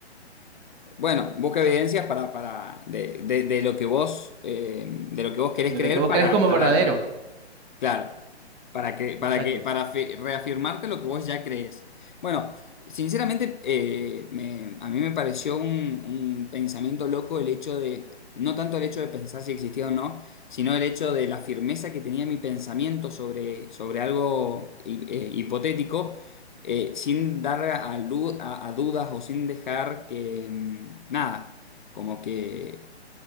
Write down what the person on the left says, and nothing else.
Bueno, busca evidencias para, para de, de- de lo que vos, eh, de lo que vos querés
creer
para,
para,
Claro, para que, para
que, para fi- reafirmarte lo que vos ya crees. Bueno, sinceramente, eh, me- a mí me pareció un, un pensamiento loco el hecho de, no tanto el hecho de pensar si existía o no, sino el hecho de la firmeza que tenía mi pensamiento sobre, sobre algo hi- eh, hipotético, eh, sin dar a, lu- a a dudas o sin dejar que, mm, nada, como que